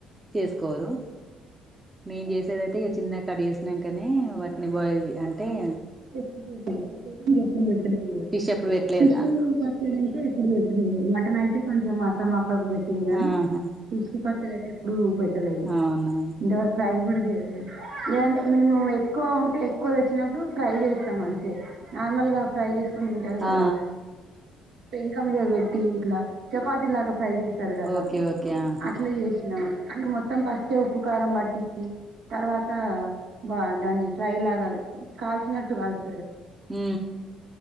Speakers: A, on the right (about 20°); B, on the right (about 70°).
A: చేసుకోరు మేం చేసేదైతే ఇక చిన్న కట్ చేసినాం కానీ వాటిని బాయిల్ అంటే అదే
B: కిష అయితే మీరు ఎప్పుడు పెట్టలేదు కదా
A: ఫిష్ ఎప్పుడు పెట్టలేదా
B: కిషూ ఖర్చుడి నుంచిే ఎప్పుడు పె మటన్ అయితే కొంచెం మాత్ర వటిందిగానే
A: ఆహా
B: ప క ఎప్పుడు లేదు
A: అవునవును
B: ఇంతవరకు ప్రై కూడా చేయడి లేదంటే మేము ఎక్వ ఉంటా ఎక్కువ చిినప్పుడు ఫ్రై చే ఇష్టం అంతే నార్మల్ గా ఫయి వింటారు కదా
A: ఆ
B: ప్రింకా మీ పెట్టి ఇట్లా చపాతి లాగా ఫ్రై చేస్తారు కదా
A: ఓకే ఓకే ఆహా
B: అట్లా చేసినా అంటే మొత్తం ఫస్ట్ ఉప్పు కారం బాటిచ్చ తర్వాత బ దాన్ని ఫ్రై లాగా కాల్చినట్టు కాల్చ
A: ఉ